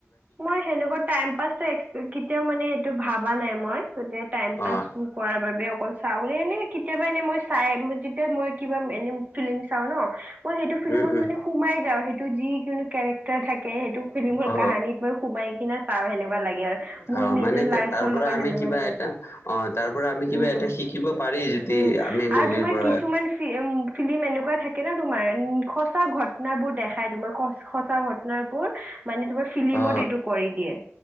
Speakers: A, on the right (about 40°); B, on the left (about 60°).
A: মই হেনেকুৱা টাইম পাছৰ কেতিয়াও মানে এইটো ভাবা নাই মই। টাইম পাছ
B: অ
A: কৰাৰ বাবে অকল চাউলে নে কেতিয়াবা এনেই মই চাই যেতিয়া মই কিবা এনে ফিল্ম চাওঁ ন। মই সেইটো ফিল্মত
B: উম উম
A: মানে সোমাই যাওঁ সেইটো যিকোনো কেৰেক্টাৰ থাকে সেইটো ফিল্মৰ
B: অ
A: কাহানীত সোমাই কিনে চাওঁ সেনেকুৱা লাগে আৰু মোৰ
B: অ
A: নিজৰ
B: মানে
A: লাইফৰ
B: তাৰ পৰা
A: লগত
B: আমি
A: সেনেকুৱা
B: কিবা
A: আছে।
B: এটা অ তাৰ পৰা আমি কিবা
A: উম
B: এটা শিকিব পাৰি যদি
A: উম
B: আমি
A: আৰু
B: মুভিৰ
A: তোমাৰ
B: পৰা
A: কিছুমান ফিম ফিল্ম এনেকুৱা কুৱা থাকে ন তোমাৰ উম সঁচা ঘটনাবোৰ দেখাই তোমাৰ সচ সঁচা ঘট <unintelligible> এইবোৰ মানে তোমাৰ ফিলিমত
B: অ
A: এইটো কৰি দিয়ে।